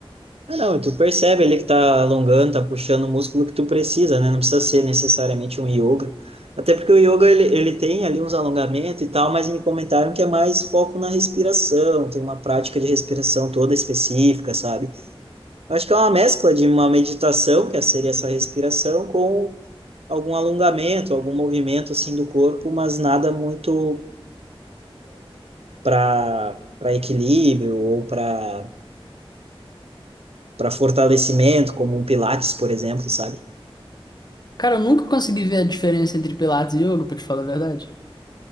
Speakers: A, on the right; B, on the left.
A: Ah, não, e tu percebe ali que tá alongando, tá puxando o músculo que tu precisa, né? Não precisa ser necessariamente um yoga. Até porque o yoga, ele, ele tem ali uns alongamentos e tal, mas me comentaram que é mais foco na respiração, tem uma prática de respiração toda específica, sabe? Eu acho que é uma mescla de uma meditação, que seria essa respiração, com algum alongamento, algum movimento, assim, do corpo, mas nada muito para para equilíbrio ou para para fortalecimento, como um Pilates, por exemplo, sabe?
B: Cara, eu nunca consegui ver a diferença entre Pilates e yoga, pra te falar a verdade.